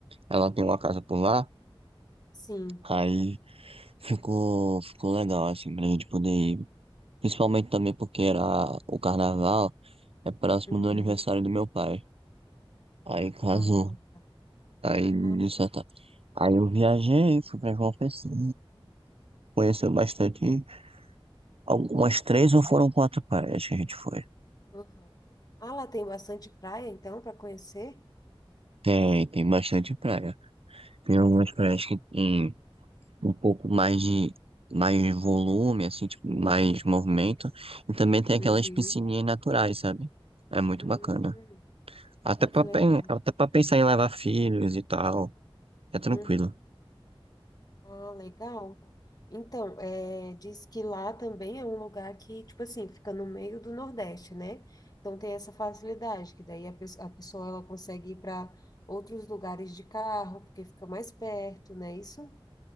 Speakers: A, on the right; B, on the left.
A: ela tem uma casa por lá.
B: Sim.
A: Aí ficou, ficou legal, assim, pra gente poder ir. Principalmente também porque era o carnaval, é próximo
B: Uhum.
A: do aniversário do meu pai. Aí casou.
B: Ah, tá.
A: Aí,
B: Ah,
A: de certa- aí eu viajei, fui pra João Pessoa. Conheceu bastante. Algumas três ou foram quatro praias que a gente foi.
B: Uhum. Ah, lá tem bastante praia, então, para conhecer?
A: Tem, tem bastante praia. Tem algumas praias que tem um pouco mais de mais volume, assim, tipo, mais movimento. E também tem aquelas
B: Uhum.
A: piscininhas naturais, sabe? É muito
B: Uhum.
A: bacana. Até
B: Ah,
A: pra,
B: que legal.
A: pen- até pra pensar em levar filhos e tal. É tranquilo.
B: Uhum. Ah, legal. Então, é, diz que lá também é um lugar que, tipo assim, fica no meio do Nordeste, né? Então tem essa facilidade, que daí a, pe- a pessoa ela consegue ir para outros lugares de carro, porque fica mais perto, né? Isso?